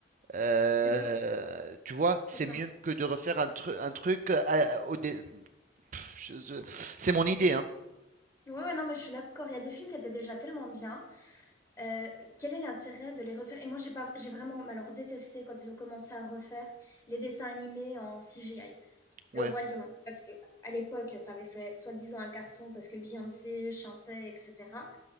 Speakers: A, on the right; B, on the left.
A: Euh,
B: C'est ça,
A: tu vois,
B: c'est
A: c'est
B: ça.
A: mieux que de refaire un, tru- un truc. euh, au dé- Pff, je- je- C'est mon idée, hein.
B: Ouais, ouais, non, mais je suis d'accord. Il y a des films qui étaient déjà tellement bien. Euh, quel est l'intérêt de les refaire? Et moi, j'ai pas, j'ai vraiment, mais alors, détesté quand ils ont commencé à refaire les dessins animés en CGI.
A: Ouais,
B: Le Roi Lion, parce que à l'époque, ça avait fait soi-disant un carton parce que Beyoncé chantait, etc.